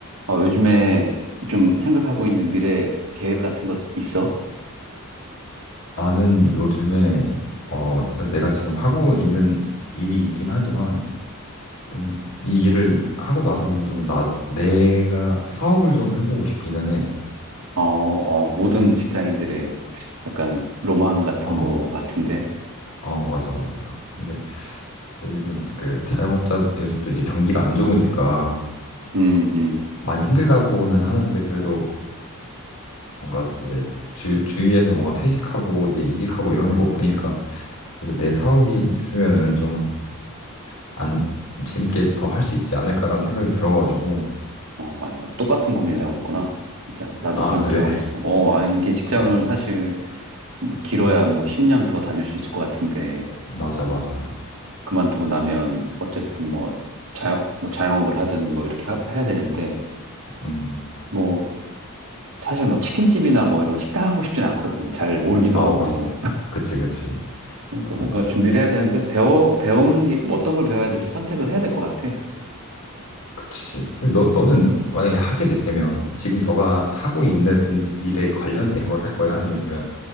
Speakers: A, on the right; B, on the left.
A: 어, 요즘에 좀 생각하고 있는 미래 계획 같은 것 있어?
B: 나는 요즘에 어 일단 내가 지금 하고 있는 일이 있긴 하지만 좀 이 일을 하고 나서는 좀 나 내가 사업을 좀 해보고 싶기는 해.
A: 어, 어, 모든 직장인들의 약간 로망 같은
B: 어,
A: 거 같은데.
B: 어 맞아 맞아. 근데 요즘 좀 그 자영업자 요즘 또 이제 경기가 안 좋으니까
A: 음, 음.
B: 많이 힘들다고는 하는데 그래도 뭔가 이제 주 주위에서 뭔가 퇴직하고 이제 이직하고 이러는 거 보니까 그래도 내 사업이 있으면은 좀 안 재밌게 더 할 수 있지 않을까라는 생각이 들어가지고.
A: 어, 맞아. 똑같은 고민을
B: 어,
A: 하고 있구나. 진짜. 나도
B: 아,
A: 그런
B: 그래.
A: 생각하고 있어. 어, 아, 이게 직장을
B: 어,
A: 사실 뭐 길어야 뭐 10년 더 다닐 수 있을 것 같은데.
B: 맞아, 맞아.
A: 그만두고 나면 어쨌든 뭐 자영, 뭐 자영업을 하든 뭐 이렇게 하- 해야 되는데.
B: 음.
A: 뭐 사실 뭐 치킨집이나 뭐 이런 식당 하고 싶진 않거든. 잘 모르기도
B: 아,
A: 하고.
B: 맞아. <laughs> 그치, 그치.
A: 그러니까
B: 어,
A: 뭔가 준비를 해야 되는데 배워 배우는 게뭐 어떤 걸 배워야 될지 선택을 해야 될 것 같아.
B: 그치. 근데 너, 너는 만약에 하게 되면 지금 너가 하고 있는 일에 관련된 걸 할 거야? 아니면,